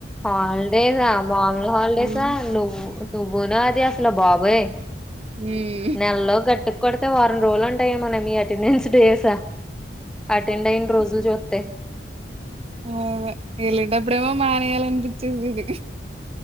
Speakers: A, in the centre; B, on the right.
A: హాలిడేసా మాములు హాలిడేసా
B: ఉమ్
A: నువ్ నువ్వును అది అసల బాబోయ్
B: ఉమ్
A: నెల్లో గట్టుక్ కొడితే వారం రోజులు ఉంటాయేమోనే మీ అటెండెన్స్ డేస అటెండ్ అయిన రోజ్ ఫుల్ చుత్తే
B: మ్మ్ అదే ఎళ్లేటప్పుడేమో మానేయ్యాలనిపించేసేది